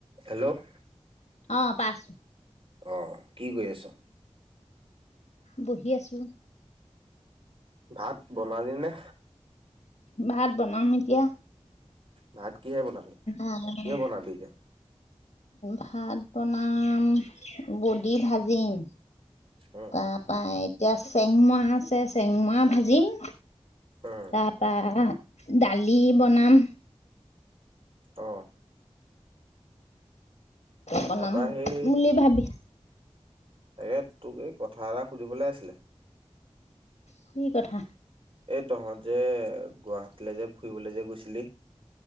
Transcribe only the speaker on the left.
অ, পাইছো।
বহি আছো।
ভাত বনাম এতিয়া।
আহ,
ভাত বনাম বডি ভাজিম,
তাৰ পা এতিয়া চেংমা আছে চেংমা ভাজিম।
তা পা দালি বনাম।
বনাম
বুলি ভাবি
কি কথা?